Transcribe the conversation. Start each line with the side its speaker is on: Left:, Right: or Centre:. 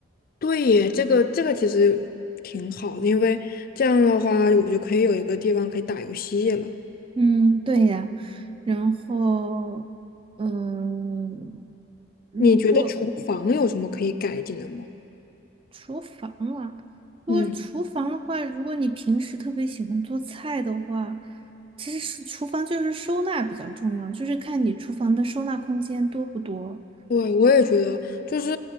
Left: 对耶，这个这个其实挺好的，因为这样的话，我就可以有一个地方可以打游戏了。
Right: 嗯，对呀，然后嗯。如果
Left: 你觉得厨房有什么可以改进的吗？
Right: 厨房啊，如果厨房的话，
Left: 嗯。
Right: 如果你平时特别喜欢做菜的话，其实是厨房就是收纳比较重要，就是看你厨房的收纳空间多不多。
Left: 对，我也觉得，就是，